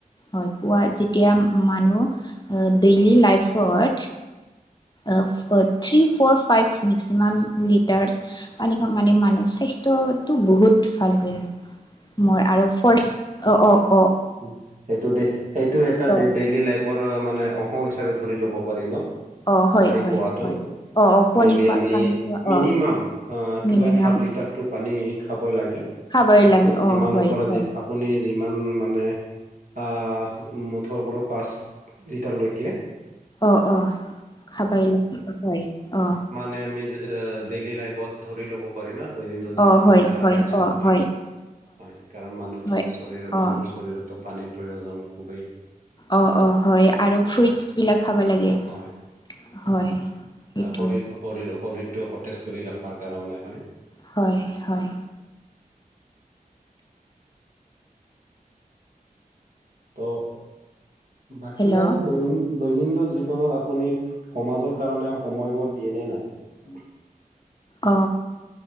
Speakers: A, on the left (about 30°); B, on the right (about 60°).
A: হয় পুৱা যেতিয়া মানুহ ডেইলি লাইফত of uh three four five maximum litres পানী খোৱা মানে মানুহ স্বাৰ্থটো বহুত ভাল হয় মই আৰু ফাৰ্ছ অ অঁ
B: হুহ সেইটো দেখ সেইটো এটা
A: অ
B: ডে ডেইলি লাইফ পৰ মানে অংশ হিচাপে ধৰি ল'ব পাৰি ন
A: অ হয়
B: পানী
A: হয়
B: খোৱাটো
A: হয় অ অ পনী
B: ডেইলি
A: খোৱা
B: আমি
A: পানী খোৱা
B: minimum
A: uh
B: অ two
A: minimum
B: and half লিটাৰটো পানী খাবই লাগে।
A: খাবই লাগে
B: সি কিমানৰ
A: অ হয়
B: পৰা
A: হয়
B: যি আপুনি যিমান মানে আহ মুঠৰ ওপৰত পাঁচ লিটাৰলৈকে
A: অ অ খাবাই লাগিব হয় অ
B: নে আমি যে এ ডেইলি লাইফত ধৰি লব পাৰি ন দৈনন্দিন জীৱনৰ
A: অ হয়
B: এটা
A: হয়
B: কাৰ্য
A: অ
B: বুলি
A: হয়
B: হয় কাৰণ মানুহতো
A: হয়
B: শৰীৰ
A: অ
B: মানুহৰ শৰীৰতো পানীৰ প্ৰয়োজন খুবেই
A: অঁ অঁ হয় আৰু
B: হয়
A: ফ্ৰুইট্ছ বিলাক খাব লাগে।
B: হয়।
A: হয় সেইটো
B: আহ, শৰীৰ শৰীৰ শৰীৰটো সতেজ কৰি ৰখাৰ কাৰণে হয়
A: হয় হয়
B: ত' বাকী
A: হেল্ল'
B: আৰু দৈনিন দৈনন্দিন জীৱনত আপুনি সমাজৰ কাৰণে সময়বধ দিয়ে নে নাই
A: অ